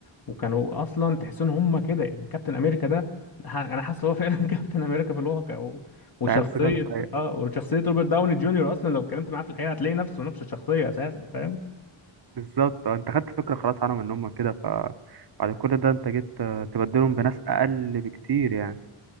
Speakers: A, on the left; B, on the right.
A: وكانوا اصلا تحس ان هم كده يعني كابتن امريكا ده ح- انا حاسس هو فعلا <laughs> كابتن امريكا في الواقع و...
B: انت
A: وشخصيه
B: عايز ثقة في الحقيقة
A: اه وشخصيه روبرت داوني جونيور اصلا لو اتكلمت معاه في الحقيقه هتلاقي نفسه نفس الشخصيه اساسا فاهم
B: بالظبط اه، انت خدت فكرة خلاص عنهم ان هم كده فبعد كل ده انت جيت اه، تبدلهم بناس اقل بكتير يعني